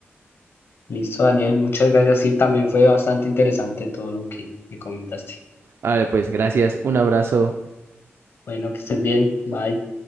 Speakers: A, on the left (about 60°); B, on the right (about 65°).
A: Listo, Daniel, muchas gracias. Sí, también fue bastante interesante todo lo que me comentaste.
B: Vale, pues gracias, un abrazo.
A: Bueno, que estés bien. Bye.